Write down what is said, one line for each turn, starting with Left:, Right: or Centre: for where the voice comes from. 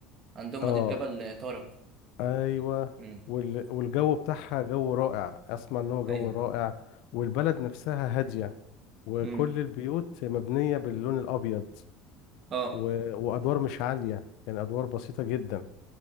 Right: عندهم
Left: اه
Right: مضيق جبل طارق
Left: ايوه
Right: امم
Left: وال... والجو بتاعها جو رائع اسمع ان هو جو
Right: ايوه
Left: رائع والبلد نفسها هاديه وكل
Right: امم
Left: البيوت مبنيه باللون الابيض
Right: اه
Left: و... وادوار مش عاليه يعني ادوار بسيطه جدا